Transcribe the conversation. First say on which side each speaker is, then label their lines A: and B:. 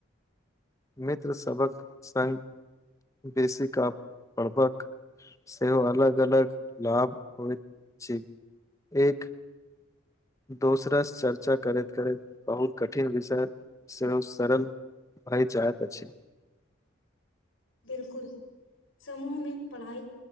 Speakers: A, on the left; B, on the left.
A: मित्र सबक संग बेसीक आपरबक सेहो अलग अलग लाभ होइ छै एक दोसरा चर्चा करैत करैत बहुत कठिन विषय सेहो सरल भइ जैत अछि
B: बिल्कुल समूह मे पढ़ाई